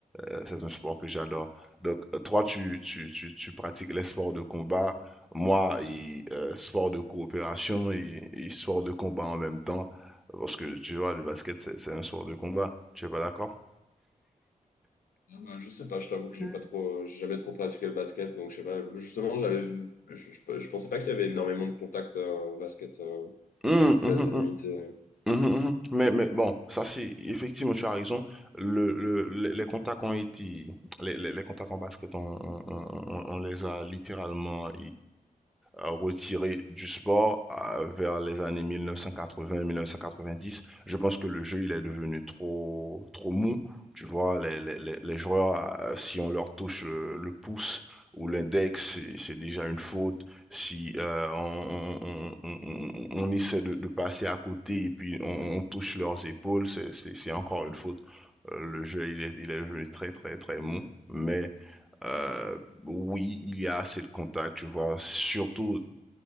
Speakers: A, in the centre; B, on the left.
A: Euh, c'est un sport que j'adore. Donc, euh, toi, tu, tu, tu, tu pratiques les sports de combat. Moi, et, euh, sport de coopération et, et sport de combat en même temps. Parce que, tu vois, le basket, c'est c'est un sport de combat. Tu es pas d'accord?
B: Ah bah, Je sais pas, je t'avoue que j'ai
A: Mm.
B: pas trop, j'ai jamais trop pratiqué le basket, donc je sais pas. Justement, j'avais, je, je, je pensais pas qu'il y avait énormément de contacts euh, en basket, euh,
A: Hum,
B: que c'était
A: hum,
B: assez
A: hum.
B: limité.
A: Mhm, mhm. Mais, mais bon, ça c'est effectivement, tu as raison. Le, le- le- les contacts ont été, les, les, les contacts en basket, on, on- on- on- on les a littéralement euh, retiré du sport euh, vers les années 1980-1990. Je pense que le jeu, il est devenu trop, trop mou. Tu vois, les, les- les- les joueurs, euh, si on leur touche le, le pouce ou l'index, c'est c'est déjà une faute. Si euh, on, on- on- on- on essaie de, de passer à côté et puis on, on touche leurs épaules, c'est c'est- c'est encore une faute. Euh, le jeu, il est, il est devenu très, très, très mou. Mais euh, oui, il y a assez de contacts, tu vois, surtout